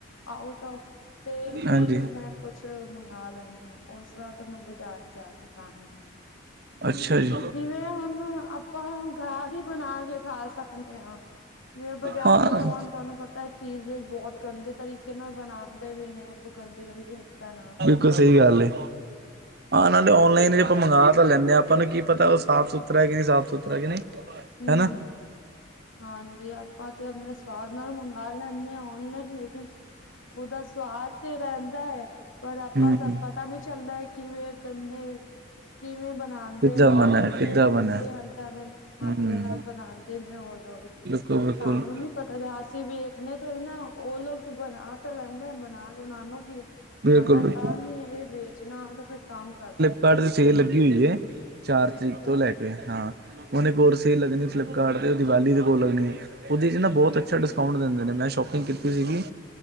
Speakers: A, on the left; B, on the right.
A: ਆਊਟ ਆਫ ਤੇ
B: ਹਾਂਜੀ
A: ਫੇਿਰ ਮੈਂ ਕੁਛ ਮੰਗਵਾ ਲੈਨੀ ਆ, ਉਸਰਾਂ ਤਾਂ ਮੈਂ ਬਾਜ਼ਾਰ ਜਾ ਕੇ ਖਾਣੀ
B: ਅੱਛਾ ਜੀ
A: ਜਿਵੇਂ ਹੁਣ ਆਪਾਂ ਗਾਰ ਹੀ ਬਣਾ ਕੇ ਖਾ ਸਕਨੇ ਆ। ਜਿਵੇ ਬਾਜ਼ਾਰ
B: ਹਾਂ
A: ਦਾ ਸਮਾਨ ਤੁਹਾਨੂੰ ਪਤਾ ਹੈ ਚੀਜ਼ ਬਹੁਤ ਗੰਦੇ ਤਰੀਕੇ ਨਾਲ ਬਣਾਦੇ ਵੀ ਨੇ, ਗੰਦੇ-ਗੰਦੇ ਹੱਥਾਂ ਨਾਲ
B: ਕੁਲ ਸਹੀ ਗੱਲ ਏ। ਆ ਨਾਲੇ ਓਨਲਾਈਨ ਜੀ ਆਪਾਂ ਮੰਗਗਾ ਤਾਂ ਲੈਂਨੇ ਹਾਂ, ਆਪਾਂ ਨੂੰ ਕੀ ਪਤਾ ਉਹ ਸਾਫ਼ ਸੁਥਰਾ ਕਿ ਨਹੀਂ ਸਾਫ਼ ਸੁਥਰਾ ਕਿ ਨਹੀਂ
A: ਹੂ
B: ਹੈਨਾ
A: ਹੂ ਹਾਂਜੀ, ਆਪਾਂ ਤੇ ਆਪਣੇ ਸਵਾਦ ਨਾਲ ਮੰਗਵਾ ਲੈਂਨੇ ਆ ਔਨਲਾਈਨ ਲੇਕਿਨ ਉਹਦਾ ਸਵਾਦ ਤੇ ਰਹਿੰਦਾ ਹੈ ਪਰ ਆਪਾਂ
B: ਹਮ
A: ਸਾਂ ਪਤਾ ਨਹੀਂ ਚੱਲਦਾ ਹੈ ਕਿਵੇਂ ਗੰਦੇ, ਕਿਵੇਂ ਬਣਾ
B: ਕਿੱਦਾਂ
A: ਦੇ ਨੇ
B: ਬਣਾ ਕਿੱਦਾਂ
A: ਕਿਹੜੇ
B: ਬਣਾ
A: ਗੰਦੇ ਹੰਦਾਂ ਦੇ
B: ਹਮ
A: ਹੱਥ ਨਾਲ ਬਣਾਦੇ ਨੇ ਉਹ ਦੋ,
B: ਬਿਲਕੁਲ
A: ਸਾਨੂੰ
B: ਬਿਲਕੁਲ
A: ਨੀ ਪਤਾ ਤੇ ਅਸੀਂ ਵੇਖਣੇ ਥੋੜੀ ਨਾ ਉਹ ਲੋਕ ਬਣਾ ਤਾਂ ਲੈਂਦੇ ਬਣਾ, ਉਹ ਨੂੰ ਕੀ ਆ
B: ਬਿਲਕੁਲ
A: ਉਹਨਾਂ ਦਾ
B: ਬਿਲਕੁਲ
A: ਕੰਮ ਹੀ ਇਹ ਵੇਚਣਾ ਤੇ ਫੇਰ ਕੰਮ ਕਰਨਾ
B: ਸਾਡੇ ਤੇ ਸੇਲ ਲੱਗੀ ਹੋਈ ਐ, ਚਾਰ ਤਰੀਕ
A: ਅੱਛਾ
B: ਤੋਂ ਲੈ ਕੇ ਹਾਂ ਹੁਨ ਇਕ ਹੋਰ ਸੇਲ ਲੱਗਣੀ ਫਲਿੱਪਕਾਰਟ ਤੇ ਦੀਵਾਲੀ ਦੇ ਉਹ ਲੱਗਣੀ ਐ, ਉਹਦੇ ਚ ਨਾ ਬਹੁਤ ਅੱਛਾ ਡਿਸਕਾਊਂਟ ਦਿੰਦੇ ਨੇ, ਮੈਂ ਸ਼ੋਪਿੰਗ ਕੀਤੀ ਸੀਗੀ।